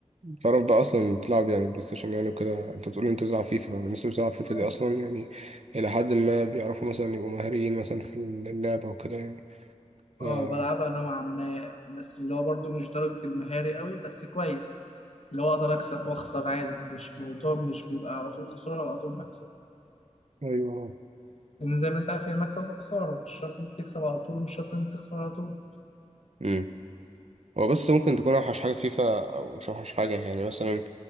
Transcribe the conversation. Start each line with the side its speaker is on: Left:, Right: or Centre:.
Right: تعرف بقى اصلا تلعب يعني بلاي ستيشن يعني وكده انت بتقول انت بتلعب فيفا فالناس اللي بتلعب فيفا
Left: اه
Right: دي اصلا يعني الى حد ما بيعرفوا مثلا يبقوا مهاريين مثلا في اللعبه وكده يعني آه.
Left: آه، بلعبها نوعا ما بس اللي هو برضو مش درجة المهاري قوي بس كويس اللي هو اقدر اكسب واخسر عادي مش موضوع مش بيبقى على طول خسارة وعلى طول مكسب
Right: ايوه
Left: لان زي ما انت عارف هي مكسب وخسارة مش شرط انت تكسب على طول ومش شرط انت تخسر على طول
Right: امم <coughs> هو بس ممكن تكون اوحش حاجه فيفا او مش اوحش حاجه يعني مثلا